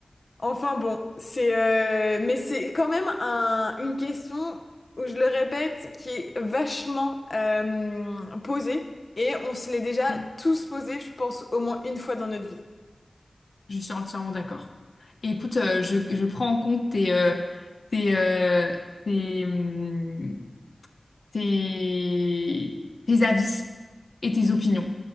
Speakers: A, on the left; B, on the left.
A: enfin bon c'est euh, mais c'est quand même un une question où je le répète qui est vachement euh, posée et on se l'est déjà
B: mm.
A: tous posée je pense au moins une fois dans notre vie
B: Je suis entièrement d'accord. Et écoute, euh, je, je prends en compte tes, euh, tes, euh, tes, hum, tes, tes avis et tes opinions.